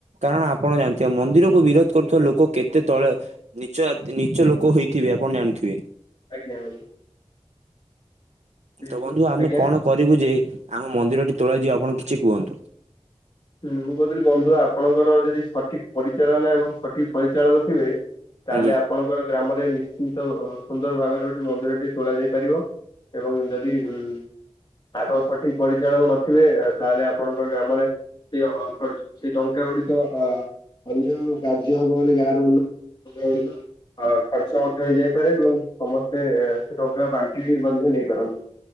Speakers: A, on the right (about 90°); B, on the left (about 45°).
A: କାରଣ ଆପଣ ଜାଣିଥିବେ ମନ୍ଦିରକୁ ବିରୋଧ କରୁଥିବା ଲୋକ କେତେ ତଳେ ନିଚ ନିଚ ଲୋକ ହେଇଥିବେ ଆପଣ ଜାଣିଥିବେ।
B: ଆଜ୍ଞା ବନ୍ଧୁ ବିଲକୁଲ।
A: ତ ବନ୍ଧୁ ଆମେ
B: ଆଜ୍ଞା
A: କଣ
B: ହୁଁ,
A: କରିବୁ ଯେ ଆମ ମନ୍ଦିରଟି ତୋଳା ଯିବ ଆପଣ କିଛି କୁହନ୍ତୁ?
B: ହୁଁ ମୁଁ କହୁଥିଲି ବନ୍ଧୁ ଆପଣଙ୍କର ଯଦି ସଠିକ୍ ପରିଚାଳନା। ଏବଂ ସଠିକ୍ ପରିଚାଳକ ଥିବେ ତାହେଲେ
A: ଆଜ୍ଞା।
B: ଆପଣଙ୍କର ଗ୍ରାମରେ ନିଶ୍ଚିନ୍ତ ସୁନ୍ଦର ଭାବରେ ଗୋଟେ ମନ୍ଦିରଟିଏ ତୋଳ ଯାଇ ପାରିବ, ଏବଂ ଯଦି ଉ ଆପଣ ସଠିକ୍ ପରିଚାଳକ ନଥିବେ ତାହେଲେ ଆପଣଙ୍କର ଗ୍ରାମରେ ସେ ଅ ଖର୍ଚ ସେଇ ଟଙ୍କା ଗୁଡିକ ଅ ଅନ୍ୟ କାର୍ଯ୍ୟ ହବ ବୋଲି ଗାଁରୁ ଟଙ୍କା ଗୁଡ଼ିକ ଖର୍ଚ୍ଚ ମଧ୍ୟ ହେଇଯାଇପାରେ ଏବଂ ସମସ୍ତେ ଏତେ ଟଙ୍କାକୁ ବାଣ୍ଟି ବି ମଧ୍ୟ ନେଇ ପାରନ୍ତି।